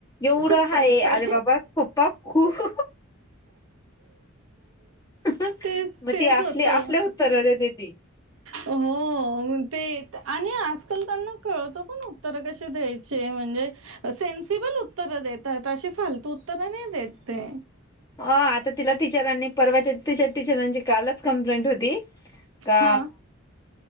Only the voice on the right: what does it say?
खूप पैसा
तेच तेच
होतं
हो ते आणि आजकाल त्यांना कळत पण उत्तर कशी द्यायची श्रय म्हणजे सेन्सिबल उत्तर देतात अशी फालतू उत्तरं नाही देत ते
हा